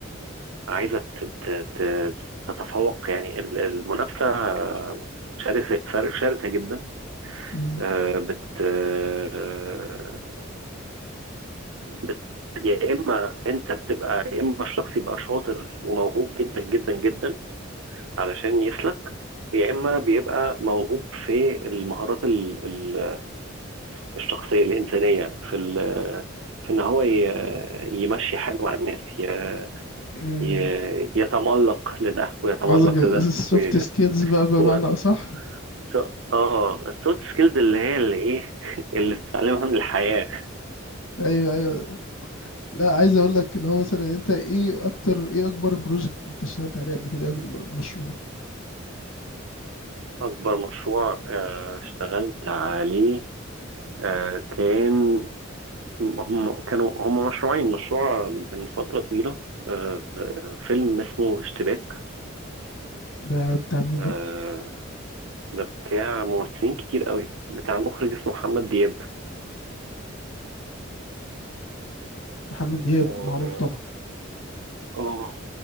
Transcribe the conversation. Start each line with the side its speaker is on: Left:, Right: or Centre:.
Right: عايزه تت- تت- تتفوق يعني ال- المنافسه آه، شرسه شرسه جدا
Left: مم.
Right: آه، بت آه، بت يا اما انت بتبقى يا اما الشخص يبقى شاطر وموهوب جدا جدا جدا علشان يسلك يا اما بيبقى موهوب في المهارات ال- ال- الشخصيه الانسانيه في ال- في ان هو ي- يمشي حاله على الناس ي-
Left: مم.
Right: ي- يتملق لده ويتملق
Left: قصدك
Right: لده
Left: السوفت
Right: وي-
Left: سكيلز بقى بمعنى
Right: هو
Left: أصح
Right: الس- اه السوفت سكيلز اللي هي اللي ايه <laughs> اللي بتتعلمها من الحياه
Left: أيوه أيوه لا عايز اقول لك اللي هو مثلا انت ايه اكتر ايه اكبر بروجكت انت اشتغلت عليه قبل كده ايه اكبر مشروع
Right: أكبر مشروع آه، اشتغلت عليه آه، كان هم كانوا هم مشروعين مشروع من فترة طويلة آه، آه، فيلم اسمه اشتباك
Left: ده بتاع مين
Right: آه،
Left: ده
Right: ده بتاع ممثلين كتير قوي بتاع مخرج اسمه محمد دياب
Left: محمد دياب
Right: و...
Left: معروف طبعا
Right: اه